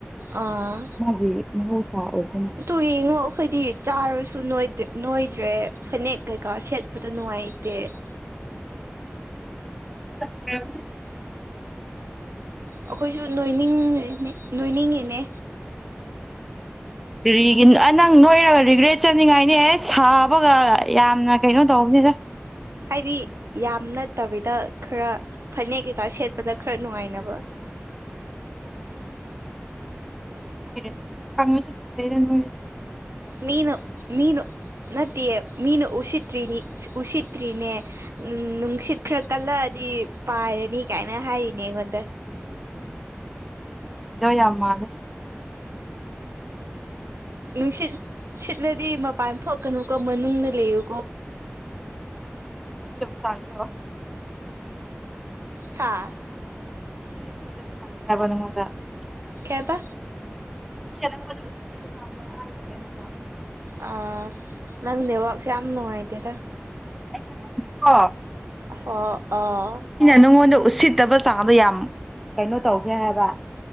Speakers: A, on the right (about 75°); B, in the centre.
A: ꯑꯥ
B: ꯃꯥꯒꯤ ꯃꯍꯧꯁꯥ ꯑꯣꯏꯕ ꯃꯥꯜꯂꯦ
A: ꯇꯨ ꯌꯦꯡꯉꯣ ꯑꯩꯈꯣꯏꯗꯤ ꯆꯥꯔꯁꯨ ꯅꯣꯏ ꯅꯣꯏꯗ꯭ꯔꯦ ꯐꯅꯦꯛ ꯀꯩꯀꯥ ꯁꯦꯠꯄꯗ ꯅꯨꯡꯉꯥꯏꯇꯦ <inaudible>
B: <unintelligible>
A: ꯑꯩꯈꯣꯏꯁꯨ ꯅꯣꯏꯅꯤꯡꯉ ꯅꯣꯏꯅꯤꯡꯉꯤꯅꯦ <inaudible>
B: ꯀꯔꯤ ꯅꯪ ꯅꯣꯏꯔꯒ ꯔꯤꯒ꯭ꯔꯦꯠ ꯆꯠꯅꯤꯡꯉꯥꯏꯅꯤ ꯑꯦ ꯁꯥꯕꯒ ꯌꯥꯝꯅ ꯀꯩꯅꯣ ꯇꯧꯕꯅꯤꯗ
A: ꯍꯥꯏꯗꯤ ꯌꯥꯝ ꯅꯠꯇꯕꯤꯗ ꯈꯔ ꯐꯅꯦꯛ ꯀꯩꯀꯥ ꯁꯦꯠꯄꯗ ꯈꯔ ꯅꯨꯡꯉꯥꯏꯅꯕ <inaudible>
B: ꯍꯣꯏꯗ ꯀꯪꯉꯁꯨ ꯐꯖꯩꯗ ꯅꯣꯏꯔꯁꯨ
A: ꯃꯤꯅ ꯃꯤꯅ ꯅꯠ ꯇꯦ ꯃꯤꯅ ꯎꯁꯤꯠꯇ꯭ꯔꯤꯅꯤ ꯎꯁꯤꯠꯇ꯭ꯔꯤꯅꯦ ꯅꯨꯡꯁꯤꯠ ꯈꯔ ꯀꯜꯂꯛꯑꯗꯤ ꯄꯥꯏꯔꯦꯅꯤ ꯀꯥꯏꯅ ꯍꯥꯏꯔꯤꯅꯦ ꯑꯩꯉꯣꯟꯗ
B: ꯏꯗꯣ ꯌꯥ ꯃꯥꯗ
A: ꯅꯨꯡꯁꯤꯠ ꯁꯤꯠꯂꯗꯤ ꯃꯄꯥꯟ ꯊꯣꯛꯀꯅꯨꯀꯣ ꯃꯅꯨꯡꯗꯅ ꯂꯩꯌꯨ
B: ꯁꯤꯇꯕꯨ ꯁꯥꯡꯖ <unintelligible>
A: ꯍꯥ ꯀꯦꯕ
B: ꯃꯤꯅ ꯅꯪꯕꯗ ꯎꯠꯁꯤꯠꯇꯕꯖꯥ ꯑꯃꯗ ꯑꯥ ꯌꯧꯔꯦ ꯍꯥꯏꯕ
A: ꯑ ꯅꯪ ꯅꯦꯋꯥꯛꯁꯦ ꯌꯥꯝ ꯅꯅꯨꯡꯉꯥꯏꯗꯦꯗ
B: ꯑꯩꯅ ꯍꯥꯏꯕꯅꯤꯀꯣ
A: ꯑ‌ꯣ ꯑ‌ꯣ
B: ꯅꯪꯉꯣꯟꯗ ꯎꯁꯤꯠꯇꯕ ꯆꯥꯡꯗꯣ ꯌꯥꯝ ꯀꯩꯅꯣ ꯇꯧꯒ꯭ꯔꯦ ꯍꯥꯏꯕ